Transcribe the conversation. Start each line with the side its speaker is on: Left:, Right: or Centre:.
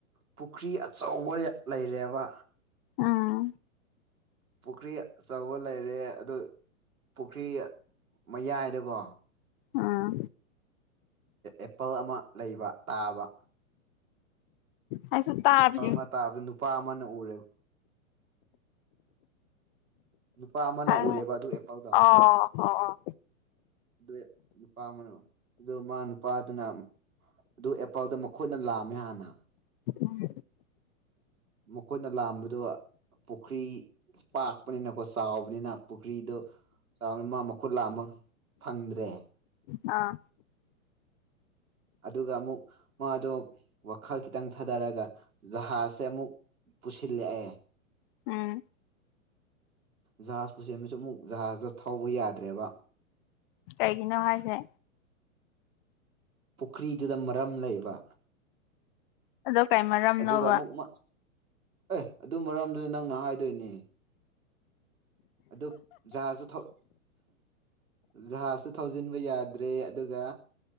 Right: ꯄꯨꯈ꯭ꯔꯤ ꯑꯆꯧꯕ ꯂꯩꯔꯦꯕ
Left: ꯎꯝ
Right: ꯄꯨꯈ꯭ꯔꯤ ꯑꯆꯧꯕ ꯂꯩꯔꯦ ꯑꯗꯣ ꯄꯨꯈ꯭ꯔꯤ ꯃꯌꯥꯏꯗꯀꯣ
Left: ꯑꯥ
Right: ꯑꯦꯄꯜ ꯑꯃ ꯂꯩꯕ ꯇꯥꯕ
Left: ꯑꯩꯁꯨ ꯇꯥꯕꯤ
Right: ꯑꯦꯄꯜ ꯑꯃ ꯇꯥꯕꯗ ꯅꯨꯄꯥ ꯑꯃꯅ ꯎꯔꯦꯕ ꯅꯨꯄꯥ ꯑꯃꯅ
Left: ꯑꯣ
Right: ꯎꯔꯦꯕ ꯑꯗꯨ ꯑꯦꯄꯜꯗꯣ
Left: ꯑꯣ ꯑꯣ
Right: ꯑꯗꯨ ꯅꯨꯄꯥ ꯑꯃꯅ ꯑꯗꯨ ꯃꯥ ꯅꯨꯄꯥꯗꯨꯅ ꯑꯗꯨ ꯑꯦꯄꯥꯜꯗꯣ ꯃꯈꯣꯏꯅ ꯂꯥꯝꯃꯦ ꯍꯥꯟꯅ
Left: ꯎꯝ
Right: ꯃꯈꯣꯏꯅ ꯂꯥꯝꯕꯗꯣ ꯄꯨꯈ꯭ꯔꯤ ꯄꯥꯛꯄꯅꯤꯅꯀꯣ ꯆꯥꯎꯕꯅꯤꯅ ꯄꯨꯈ꯭ꯔꯤꯗꯣ ꯆꯥꯎ <unintelligible> ꯃ ꯃꯈꯨꯠ ꯂꯥꯝꯕ ꯐꯪꯗ꯭ꯔꯦ
Left: ꯑꯥ
Right: ꯑꯗꯨꯒ ꯑꯃꯨꯛ ꯃꯥꯗꯣ ꯋꯥꯈꯜ ꯈꯤꯇꯪ ꯊꯥꯗꯔꯒ ꯖꯍꯖꯁꯦ ꯑꯃꯨꯛ ꯄꯨꯁꯤꯜꯂꯛꯑ‌ꯦ
Left: ꯎꯝ
Right: ꯖꯍꯥꯖ ꯄꯨꯁꯤꯟꯕꯁꯨ ꯑꯃꯨꯛ ꯖꯍꯥꯖꯇ‌ꯣ ꯊꯧꯕ ꯌꯥꯗ꯭ꯔꯦꯕ
Left: ꯀꯩꯒꯤꯅꯣ ꯍꯥꯏꯁꯦ
Right: ꯄꯨꯈ꯭ꯔꯤꯗꯨꯗ ꯃꯔꯝ ꯂꯩꯕ
Left: ꯑꯗꯣ ꯀꯩ ꯃꯔꯝꯅꯣꯕ
Right: ꯑꯗꯨꯒ ꯑꯃꯨꯛ ꯃꯥ ꯑꯦ ꯑꯗꯨ ꯃꯔꯝꯗꯨꯗꯤ ꯅꯪꯅ ꯍꯥꯏꯗꯣꯏꯅꯦ ꯑꯗꯨ ꯖꯥꯍꯁꯁꯨ ꯊꯧ ꯖꯍꯥꯁꯨ ꯊꯧꯖꯤꯟꯕ ꯌꯥꯗ꯭ꯔꯦ ꯑꯗꯨꯒ